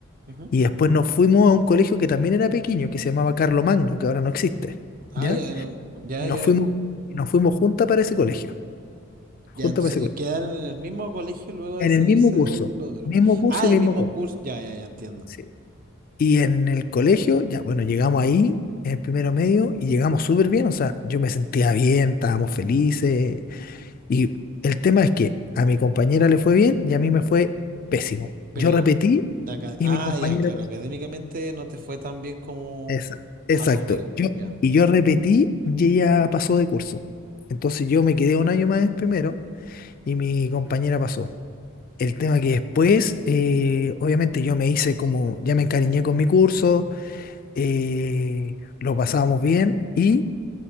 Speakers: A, on the right; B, on the left.
A: Ujú.
B: Y después nos fuimos a un colegio que también era pequeño, que se llamaba Carlomagno, que ahora no existe.
A: Ah,
B: ¿Ya?
A: ya eran, ya,
B: Y nos
A: ya,
B: fuimos,
A: ujú.
B: y nos fuimos juntas para ese colegio. Juntas
A: Ya, entonces,
B: para ese
A: y
B: colegio.
A: quedaron en el mismo colegio luego
B: En
A: de salirse
B: el mismo curso.
A: del otro.
B: Mismo curso
A: Ah,
B: y
A: el
B: mismo
A: mismo
B: colegio.
A: curso, ya, ya, ya entiendo.
B: Sí. Y en el colegio, ya bueno, llegamos ahí, en el primero medio, y llegamos súper bien, o sea, yo me sentía bien, estábamos felices. Y el tema es que a mi compañera le fue bien y a mí me fue pésimo.
A: Pero,
B: Yo repetí
A: de acá-
B: y
A: ah,
B: mi compañera
A: ya, claro,
B: pasó.
A: académicamente no te fue tan bien como
B: Esa, exacto.
A: a tu amigo,
B: Yo,
A: ya.
B: y yo repetí y ella pasó de curso. Entonces yo me quedé un año más en primero y mi compañera pasó. El tema que después, eh, obviamente yo me hice como, ya me encariñé con mi curso, eh, lo pasábamos bien y